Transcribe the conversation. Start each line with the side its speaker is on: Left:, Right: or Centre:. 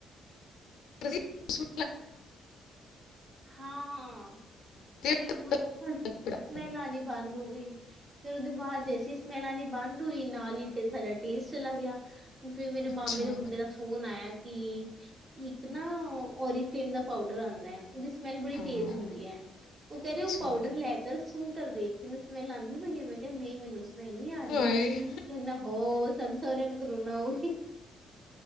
Left: ਤੁਸੀਂ ਉਸ
Right: ਹਾਂ, ਹਾਂ
Left: ਮੌਕੇ
Right: ਤੇ ਉਸਮੈ
Left: ਪਤਾ ਲੱਗਾ।
Right: ਲ ਆਣੀ ਬੰਦ ਹੋ ਗਈ ਫਿਰ ਉਹਦੇ ਬਾਅਦ ਜੈਸੀ ਸਮੈਲ, ਆਨੀ ਬੰਦ ਹੋਈ ਨਾਲ ਹੀਟੇ ਸਾਡਾ ਟੇਸਟ ਚਲਾ ਗਿਆ। ਫਿਰ ਮੇਰੇ ਮਾਮੇ
Left: ਅੱਛਾ
Right: ਦੇ ਮੁੰਡੇ ਦਾ ਫੋਨ ਆਇਆ ਕਿ ਇੱਕ ਨਾ ਓਰੀਜ ਫਲੇਮ ਦਾ ਪਾਊਡਰ ਆਉਂਦਾ ਹੈ, ਉਹਦੀ ਸਮੈਲ ਬੜੀ
Left: ਹਾਂ
Right: ਤੇਜ਼ ਹੁੰਦੀ ਹੈ। ਉਹ ਕਹਿ
Left: ਅੱਛਾ
Right: ਰ ਉਹ ਪਾਊਡਰ ਲੈ ਕਰ ਸੁਣ ਕਰ ਦੇਖ ਤੈਨੂੰ ਸਮੈਲ ਆਉਂਦੀ ਬਈਆ, ਮੈਂ ਕਿਹਾ ਨਹੀਂ ਮੈਨੂੰ ਸਮੈਲ ਨਹੀਂ ਆ ਰਹੀ।
Left: ਹਾਏ
Right: ਕਹਿਂਦਾ ਹੋ ਸਨ ਸਾਰੇਆਂ ਨੂੰ ਕਰੋਨਾ ਹੋ।